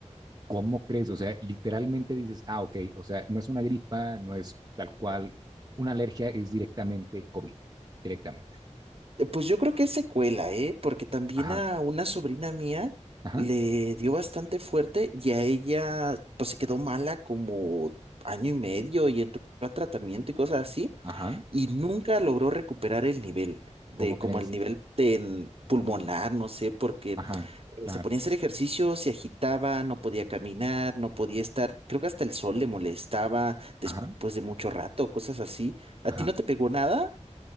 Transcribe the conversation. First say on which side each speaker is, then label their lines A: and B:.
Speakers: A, on the right; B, on the right.
A: ¿Cómo crees? O sea, literalmente dices, ah, ok, o sea, no es una gripa, no es tal cual, una alergia es directamente COVID, directamente.
B: Eh, Pues yo creo que es secuela, ¿eh? Porque también
A: Ajá,
B: a una sobrina mía
A: ajá,
B: le dio bastante fuerte y a ella pues se quedó mala como año y medio y entró a tratamiento y cosas así
A: ajá,
B: y nunca logró recuperar el nivel de
A: ¿cómo crees?
B: como el nivel de en pulmonar, no sé, porque
A: Ajá,
B: eh,
A: claro,
B: se ponía a hacer ejercicio, se agitaba, no podía caminar, no podía estar, creo que hasta el sol le molestaba después
A: ajá,
B: de mucho rato, cosas así. ¿A
A: ajá.
B: ti no te pegó nada?